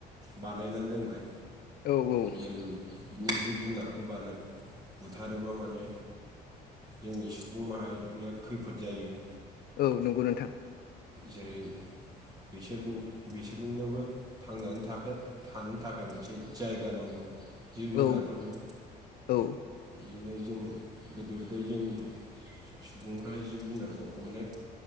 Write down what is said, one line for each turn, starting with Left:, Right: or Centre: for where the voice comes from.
Right: बानायनानै दोनबाय।
Left: औ औ
Right: जेरै बिनि जिब जुनारखौ बानाय बुथारोबा माने। जोंनि सुबुं माहारिया खैफोद जायो।
Left: औ नंगौ नोंथां
Right: जेरै बिसोर बिसोरजोंनोबो। थांनानै थाखो थानो थाखाय मोनसे जायगा नांगौ। जिब जुनारफोरनो।
Left: औ औ
Right: बिदिनो जों गोदो गोदाय जोंनि सुबुंफ्रा जिब-जुनारखौ अनेक